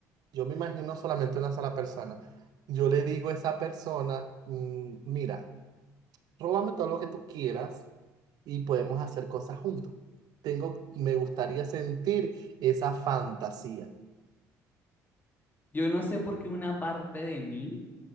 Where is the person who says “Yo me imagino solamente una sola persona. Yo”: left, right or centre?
Right